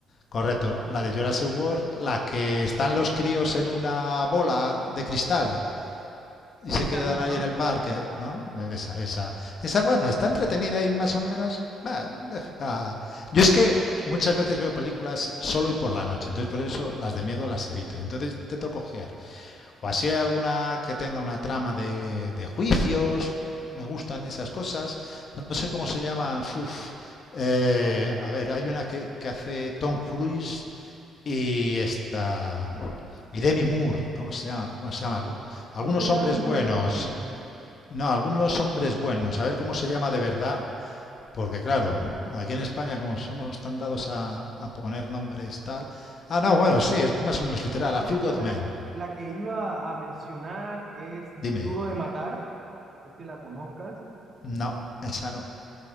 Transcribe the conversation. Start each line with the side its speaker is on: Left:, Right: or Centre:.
Left: correcto, ¿no? la de Jurassic World, la que están los críos en una bola de cristal
Right: Sí,
Left: y se
Right: esa
Left: quedan
Right: misma.
Left: ahí en el parque, ¿no? Esa, esa, esa, bueno, está entretenida y más o menos, bah, deja. Yo es que muchas veces veo películas solo y por la noche, entonces por eso las de miedo las evito. Y entonces intento coger O así hay alguna que tenga una trama de, de juicios. Me gustan esas cosas. No sé cómo se llama. Uf. Eh, a ver, hay una que, que hace Tom Cruise y esta. Y Demi Moore. ¿Cómo se llama? ¿Cómo se llama? Algu- Algunos
Right: No sería
Left: hombres
Right: Misión
Left: buenos.
Right: Imposible.
Left: No, algunos hombres buenos. A ver cómo se llama de verdad. Porque claro, aquí en España, como somos tan dados a, a poner nombres tal. Ah, no, bueno, sí, es más o menos literal.
Right: Bueno,
Left: A Few Good
Right: la,
Left: Men.
Right: la que iba a mencionar es
Left: Dime.
Right: Duro de Matar. No sé si la conozcas.
Left: No, esa no.